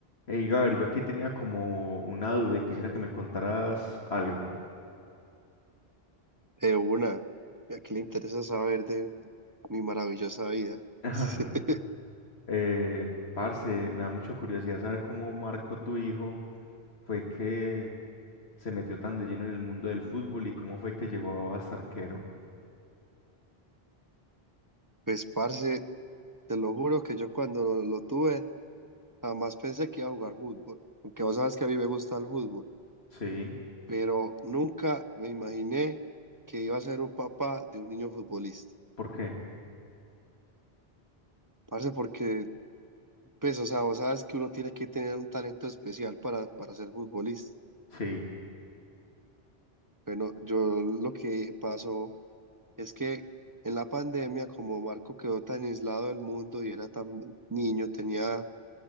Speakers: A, on the left; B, on the right.
A: Hey, Gabriel, yo aquí tenía como una duda y quisiera que me contaras algo.
B: De una, ya que le interesa saber de mi maravillosa vida.
A: Ajá.
B: <laughs>
A: Eh, parce, me da mucha curiosidad saber cómo Marco, tu hijo, fue que se metió tan de lleno en el mundo del fútbol y cómo fue que llegó a ser arquero.
B: Pues, parce, te lo juro que yo cuando lo, lo tuve, jamás pensé que iba a jugar fútbol. Aunque vos sabes que a mí me gusta el fútbol,
A: Sí,
B: pero nunca me imaginé que iba a ser un papá de un niño futbolista.
A: ¿por qué?
B: Parce, porque, pues, o sea, vos sabes que uno tiene que tener un talento especial para, para ser futbolista.
A: Sí.
B: Bueno, yo lo que pasó. Es que en la pandemia, como Marco quedó tan aislado del mundo y era tan niño, tenía